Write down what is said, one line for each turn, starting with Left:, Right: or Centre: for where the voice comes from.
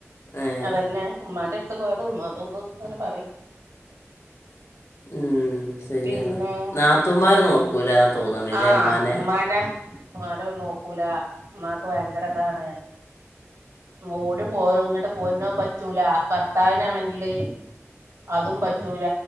Left: ഏ
Right: അതന്നെ ഉമ്മാന്റെ അടുത്ത് പോയത് ഉമ്മാതുംതക്കെങ്ങനെ പറയും.
Left: മ്മ് ശരിയാണ്
Right: പിന്നെ
Left: നാത്തൂന് മാര് നോക്കൂല. തോന്നണില്ലേ
Right: ആഹ്
Left: ഉമ്മാനെ
Right: ഉമ്മാന. ആരും നോക്കൂല ഉമാക്ക് ഭയങ്കര താണ്. മോടി പോ ഇങ്ങോട്ട് പോരുന്നോൻ പറ്റൂല ഭർത്താവിനാണെങ്കില്- അതും പറ്റൂല